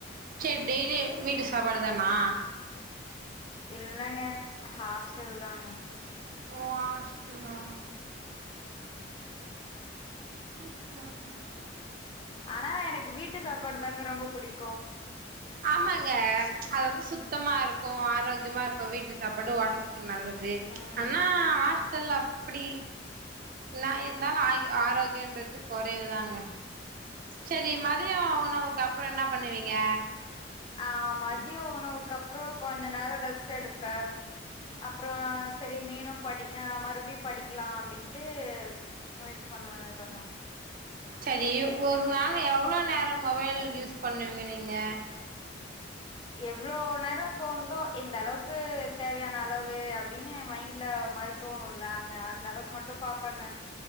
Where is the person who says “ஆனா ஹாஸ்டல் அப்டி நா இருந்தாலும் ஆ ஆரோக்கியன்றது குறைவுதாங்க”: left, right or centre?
Right